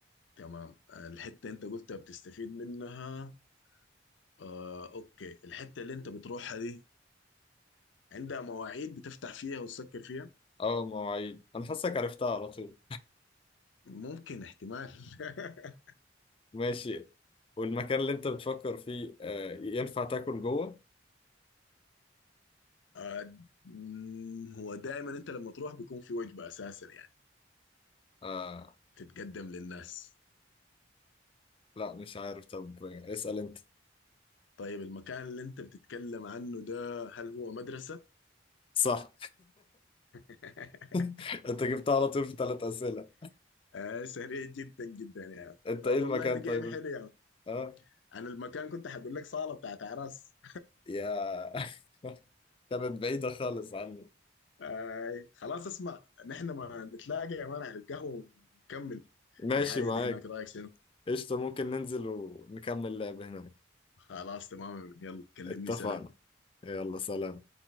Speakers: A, on the left; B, on the left.
A: تمام آه الحتة انت قلتها بتستفيد منها آه اوكي الحتة اللي انت بتروحها دي عندها مواعيد بتفتح فيها وتسكر فيها؟
B: اه مواعيد انا حاسك عرفتها على طول
A: ممكن احتمال <laughs>
B: ماشي والمكان اللي انت بتفكر فيه آه، ينفع تاكل جوه
A: آه، مم، هو دائما انت لما تروح بيكون في وجبة اساسا يعني
B: آه
A: بتتقدم للناس
B: لا مش عارف طب اسأل انت
A: طيب المكان اللي انت بتتكلم عنه ده هل هو مدرسة؟
B: صح
A: <laughs>
B: <laughs> انت جبتها على طول في ثلاث أسئلة
A: آه سريع جدا جدا يعني
B: انت
A: طب
B: ايه المكان
A: والله ده جيم
B: طيب
A: حلو يعني
B: اه
A: انا المكان كنت هقول لك صالة بتاعت اعراس
B: يا <laughs> كانت بعيدة خالص عني
A: آه خلاص اسمع نحن ما نتلاقى يا مان على القهوة ونكمل
B: ماشي
A: الحاجة
B: معاك
A: دي هناك رايك شنو؟
B: قشطة ممكن ننزل ونكمل لعب هناك
A: خلاص تمام يلا كلمني
B: اتفقنا
A: سلام
B: يلا سلام